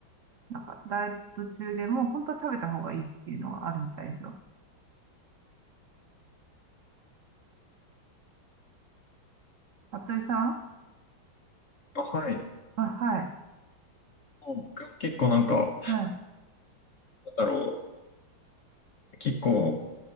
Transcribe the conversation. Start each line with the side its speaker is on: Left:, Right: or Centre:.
Right: なんか、ダイエット中でも、本当は食べた方がいいっていうのがあるみたいですよ。服部さん
Left: あ、はい。
Right: あ、はい。
Left: もう僕も結構なんか、
Right: はい。
Left: なんだろう。結構、